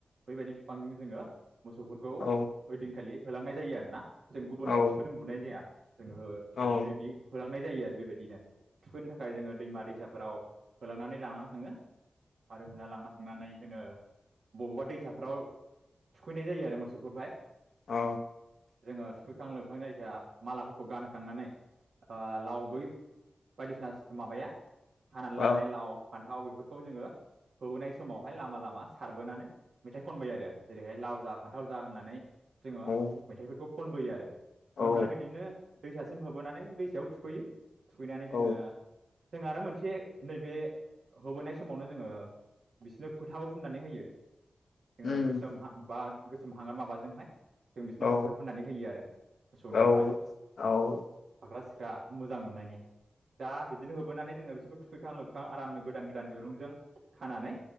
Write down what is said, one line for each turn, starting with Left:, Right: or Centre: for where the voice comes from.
Right: बैबायदि बिफांजों जोंङो मोसौफोरखौ
Left: औ
Right: ओइदिनखालि होलांनाय जायो आरोोना जों गुबुन
Left: औ
Right: लावथिफोरजों बुनाय जाया <inaudible>
Left: औ
Right: लांनाय जायो आरो बेबायदिनो थुखैनो थाखाय जोङो दैमा दैसाफोराव होलांनानै लानानानै थांङो आरो होना लांना थांनानै जोंङो बबावबा दैसाफ्राव थुखैनाय जायो आरो मोसौफोरहाय
Left: आ।
Right: जोङो थुखैखां लोबखां जायखाया मालाफोरखौ गानहोखांनानै ओ लाव बै बायदिसिना माबाया हानानै
Left: औ
Right: लानाय लाव फान्थाव बे फोरखौ जोङो होबोनाय समावहाय लामा लामा सारबोनानै मेथाइ खनबोयो आरो जेरैहाय लाव जा फान्थाव जा होननानै। जोङो
Left: औ औ
Right: मेथाइफोरखौ खनबोयो आरो
Left: औ
Right: खनबोनानै बिदिनो दैसासिम होब नानै दैसायाव थुखैयो थुखैनानै
Left: औ
Right: जोङो जों आरो मोनसे नैबे होबोनाय समावनो जोङो बिसिनो फोथाबो फुननानै होयो जोङो
Left: उम
Right: गोसोम हा बा गोसोम हांगार माबाजोंहाय। जों बिसिनो
Left: औ
Right: फोथा फोननानै होयो आरो मोसौनियावहाय।
Left: औ औ
Right: फाख्रा सिख्रा मोजां नुनायनि। दा बिदिनो होबोनानै जोङो बिसोरखौ थुखैखां लोबखां आरामनो गोदान गोदान दिरुंजों खानानै